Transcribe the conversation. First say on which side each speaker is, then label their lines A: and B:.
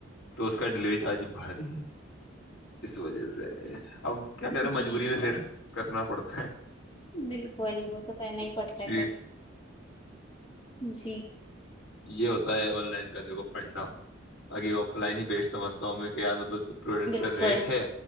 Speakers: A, on the left (about 80°); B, on the left (about 30°).
A: تو اس کا ڈلیوری چارج بھاری ہے اس وجہ سے اب کیا
B: جی
A: کر رہے مجبوری میں پھر کرنا پڑتا ہے
B: بالکل وہ تو کرنا ہی پڑتا
A: جی
B: ہے پھر جی
A: یہ ہوتا ہے آن لائن کا دیک پڑھنا اگھی آف لائن ہی بیٹ سمجھتا ہوں میں کہ یار مطلب جو پروڈکٹس
B: بالکل
A: کا ریٹ ہے